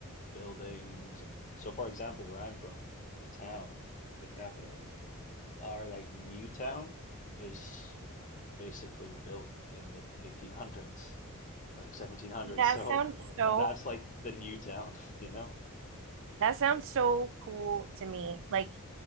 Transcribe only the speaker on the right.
That
sounds so
that sounds so cool to me. Like